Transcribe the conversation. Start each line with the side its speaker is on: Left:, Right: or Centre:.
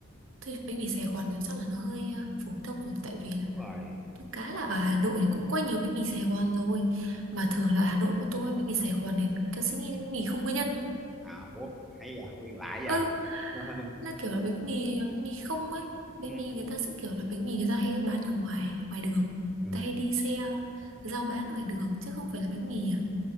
Right: thôi bánh mì Sài Gòn thì chắc là nó hơi à, phổ thông rồi tại vì là
Centre: đúng rồi
Right: Thực cá là ở Hà Nội thì cũng quay nhiều bánh mì Sài Gòn rồi Mà thường là ở Hà Nội mà tôi ăn bánh mì Sài Gòn thì người ta sẽ nghĩ đến bánh mì không có nhân
Centre: à, ủa hay giờ nguyên lại giờ
Right: Ơ,
Centre: <laughs>
Right: nó kiểu là bánh mì, bánh mì không ấy Bánh
Centre: ừ.
Right: mì người ta sẽ kiểu là bánh mì người ta hay bán ở ngoài ngoài đường Người
Centre: ừ.
Right: ta hay đi xe, giao bán ngoài đường Chứ không phải là bánh mì à